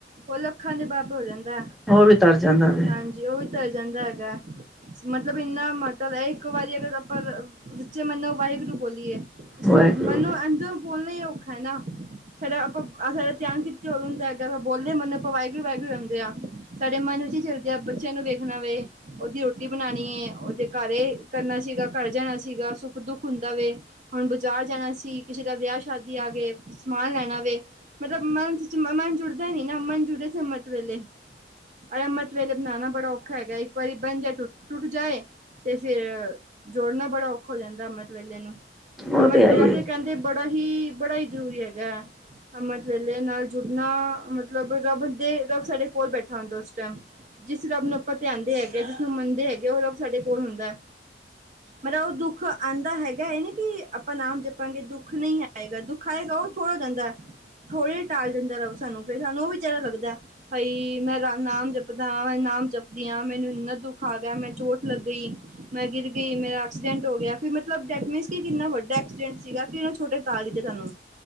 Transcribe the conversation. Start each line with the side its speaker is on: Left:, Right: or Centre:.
Right: ਉਹ ਲੱਖਾਂ ਦੇ ਬਰਾਬਰ ਹੋ ਜਾਂਦਾ ਐ।
Centre: ਹੋਰ ਵੀ ਤਰ ਜਾਂਦਾ ਵੇ
Right: ਹਾਜੀਂ, ਉਹ ਵੀ ਤਰ ਜਾਂਦਾ ਹੈਗਾ। ਮਤਲਬ, ਇੰਨਾ ਮਹੱਤਵ ਇੱਕ ਵਾਰੀ ਅਗਰ ਆਪਾਂ ਸੱਚੇ ਮਨ ਨਾਲ ਵਾਹਿਗੁਰੂ ਬੋਲੀਏ।
Centre: ਵਾਹਿਗੁਰੂ
Right: ਮੈਨੂੰ ਇੰਜ ਬੋਲਣਾ ਹੀ ਔਖਾ ਹੈ ਨਾ ਫਿਰ ਆਪਾਂ ਆਖਰ ਧਿਆਨ ਕੀ ਉਹ ਹੁੰਦਾ ਹੈਗਾ ਆਪਾਂ ਬੋਲਦੇ ਮਨ ਆਪਾਂ ਵਾਹਿਗੁਰੂ ਵਾਹਿਗੁਰੂ ਆਉਂਦੇ ਆ, ਸਾਡੇ ਮਨ ਵਿੱਚ ਹੀ ਚੱਲਦੇ ਆ ਬੱਚਿਆਂ ਨੂੰ ਵੇਖਣਾ ਵੇ। ਉਦੀ ਰੋਟੀ ਬਣਾਉਣੀ ਹੈ, ਉਹ ਓਦੇ ਘਰ ਕਰਨਾ ਸੀਗਾ ਘਰ ਜਾਣਾ ਸੀਗਾ ਸੁੱਖ ਦੁੱਖ ਹੁੰਦਾ ਵੇ ਹੁਣ ਬਾਜ਼ਾਰ ਜਾਣਾ ਸੀ, ਕਿਸੇ ਦਾ ਵਿਆਹ ਸ਼ਾਦੀ ਆ ਗਏ ਸਮਾਨ ਲੈਣਾ ਵੇ। ਮਤਲਬ ਮਨ 'ਚ ਮਨ ਜੁੜਦਾ ਨੀ, ਨਾ ਮਨ ਜੁੜੇ ਅੰਮ੍ਰਿਤ ਵੇਲੇ। ਅੰਮ੍ਰਿਤ ਵੇਲੇ ਬਣਾਣਾ ਬੜਾ ਔਖਾ ਹੈਗਾ, ਇੱਕ ਵਾਰੀ ਬਣ ਜਾਏ ਟੁਟ ਜਾਏ ਤੇ ਫੇਰ ਜੋੜਨਾ ਬੜਾ ਔਖਾ ਜਾਂਦਾ ਅੰਮ੍ਰਿਤ ਵੇਲੇ ਨੂੰ
Centre: ਉਹ
Right: ਅੰਮਿਤ
Centre: ਹੈ
Right: ਵੇਲੇ
Centre: ਹੀ
Right: ਤੇ
Centre: ਹੈ
Right: ਕਹਿੰਦੇ ਤੇ ਬੜਾ ਹੀ, ਬੜਾ ਹੀ ਜ਼ਰੂਰੀ ਹੈਗਾ ਹੈ। ਅੰਮ੍ਰਿਤ ਵੇਲੇ ਨਾਲ ਜੁੜਨਾ ਮਤਲਬ ਰੱਬ ਦੇ ਰੱਬ ਸਾਡੇ ਕੋਲ ਬੈਠਾ ਹੁੰਦਾ ਉਸ ਟਾਈਮ। ਜਿਸ ਰੱਬ ਨੂੰ ਆਪਾਂ ਧਿਆਦੇਂ ਹੈਗੇ ਆ, ਜਿਸਨੂੰ ਮੰਨਦੇ ਹੈਗੇ ਉਹ ਰੱਬ ਸਾਡੇ ਕੋਲ ਹੁੰਦਾ। ਮਤਲਬ ਉਹ ਦੁੱਖ ਆਂਦਾਂ ਹੈਗਾ ਇਹ ਨੀ ਕਿ ਆਪਾਂ ਨਾਮ ਜਪ ਦੁੱਖ ਨਹੀਂ ਆਏਗਾ ਦੁੱਖ ਆਏਗਾ ਉਹ <unintelligible> ਰਹਿੰਦਾ ਥੋੜ੍ਹੇ ਟਾਲ ਦਿੰਦਾ ਰੱਬ ਸਾਨੂੰ ਫੇਰ ਸਾਨੂੰ ਉਹ ਵੀ ਜ਼ਿਆਦਾ ਲੱਗਦੈ ਹਈ ਮੈਂ ਰਾਮ ਨਾਮ ਜਪਦਾਂ ਹਾਂ ਏ ਨਾਮ ਜਪਦੀ ਹਾਂ ਮੈਨੂੰ ਇੰਨਾ ਦੁੱਖ ਆ ਗਿਆ ਮੈਂ ਚੋਟ ਲੱਗ ਈ ਮੈਂ ਗਿਰ ਗਈ ਮੇਰਾ ਐਕਸੀਡੈਂਟ ਹੋ ਗਿਆ ਫਿਰ ਮਤਲਬ ਢੈਟ ਮੀਨਸ ਕਿ ਕਿੰਨਾ ਵੱਡਾ ਐਕਸੀਡੈਂਟ ਸੀਗਾ ਕਿ ਸੋਡੇ <unintelligible>